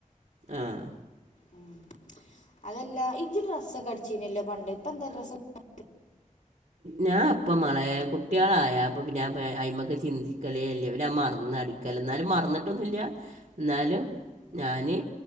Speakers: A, on the right (about 75°); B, on the left (about 70°).
A: ആഹ്
B: ഉം അതെല്ല ഇജ്ജ് ഡ്രസ്സക്കെടിച്ചീനല്ലോ പണ്ട് ഇപ്പ എന്താ ഡ്രസ്സക്ക
A: ഞാൻ അപ്പം മളെ കുട്ടികളായ അപ്പം പിന്നെ അയിമക്ക് ചിന്തിക്കലേ ഇല്ലേ പിന്ന ഞാൻ മറന്നാടി ക്കല് എന്നാലും മറന്നിട്ടൊന്നുമില്ല എന്നാലും ഞാന്